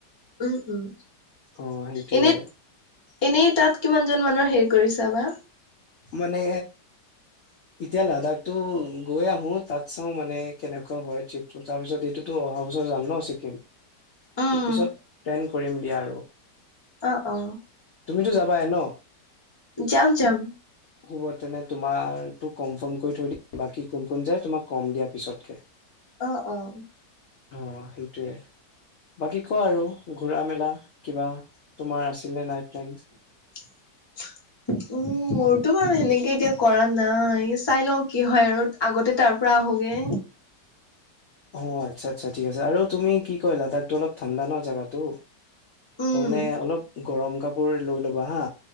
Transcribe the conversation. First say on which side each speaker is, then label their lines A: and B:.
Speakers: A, on the left; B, on the left.
A: উম, উম
B: অ সেইটোয়ে
A: এনেই‌ এনেই তাত কিমান জন মানুহৰ হেৰি কৰিছা বা?
B: মানে
A: <inaudible>
B: এতিয়া লাডাখতো গৈ আহো তাত চাওঁ মানে কেনেকুৱা হয় ট্ৰিপটো তাৰপিছত এইটো ত' অহা বছৰ যাম ন ছিকিম
A: উম,
B: ত' পিছত প্লেন কৰিম দিয়া আৰু।
A: অ', অ'।
B: তুমিতো যাবাই ন?
A: যাম যাম।
B: হ'ব তেনে তোমাৰটো কনফাৰ্ম কৰি থৈ দিম বাকি কোন কোন যাই তুমাক কম দিয়া পিছতকে।
A: অ', অ'।
B: অ', সেইটোৱে। বাকী কোৱা আৰু ঘুৰা মেলা কিবা তোমাৰ আছিল নে নাই প্লেন?
A: <inaudible> উম, মোৰতো বাৰু সেনেকে এতিয়া কৰা নাই চাই লওঁ কি হয় আৰু। আগতে তাৰ পৰা আহোগে।
B: অ', আচ্ছা আচ্ছা ঠিক আছে আৰু তুমি কি কয় লাডাখতো অলপ ঠাণ্ডা ন জাগাটো।
A: উম,
B: ত' মানে অলপ গৰম কাপোৰ লৈ ল'বা হা।